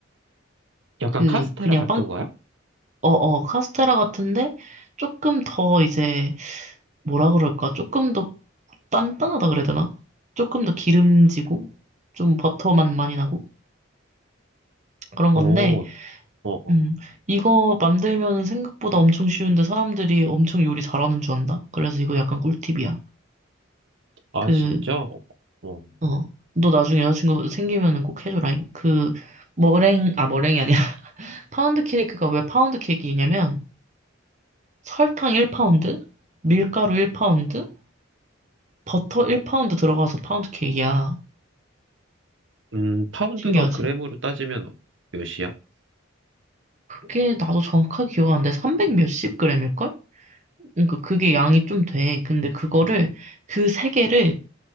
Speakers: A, on the right; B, on the right.
A: 약간
B: 그,
A: 카스테라
B: 그냥
A: 같은
B: 빵,
A: 거야?
B: 어, 어, 카스테라 같은데, 조금 더 이제, 뭐라 그럴까? 조금 더 단단하다 그래야 되나? 조금 더 기름지고, 좀 버터 맛 많이 나고, 그런
A: 오
B: 건데,
A: 어, 어.
B: 음, 이거 만들면 생각보다 엄청 쉬운데 사람들이 엄청 요리 잘하는 줄 안다? 그래서 이거 약간 꿀팁이야.
A: 아,
B: 그,
A: 진짜? 어, 어.
B: 어, 너 나중에 여자친구 생기면은 꼭 해줘라잉. 그, 머랭, 아, 머랭이 아니라, <laughs> 파운드 케이크가 왜 파운드 케이크이냐면, 설탕 1파운드, 밀가루 1파운드, 버터 1파운드 들어가서 파운드 케이크야.
A: 음, 파운드가
B: 신기하지?
A: 그램으로 따지면 몇이야?
B: 그게 나도 정확하게 기억 안 돼. 300 몇십 그램일걸? 그러니까 그게 양이 좀 돼. 근데 그거를, 그 세 개를